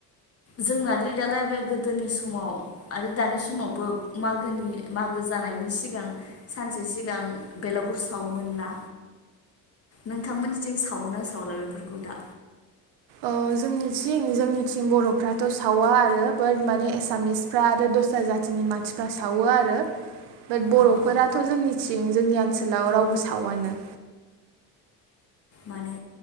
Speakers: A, on the left (about 35°); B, on the right (about 75°).
A: जोंनाद दालाय बे गोदोनि समाव आरो दानि समावबो मागोनि मागो जानायनि सिगां सानसे सिगां बेलागुर सावोमोन ना नोंथांमोननिथिं सावो ना सावला बेफोरखौ दा
B: अ जोंनिथिं जोंनिथिं बरफ्राथ सावा आरो बाट माने एसामिसफ्रा आरो दस्रा जातिनि मानसिफ्रा सावो आरो बाट बर'फोराथ'
A: अ अ
B: जोंनि <inaudible> जोंनि ओनसोलाव रावबो सावानो
A: माने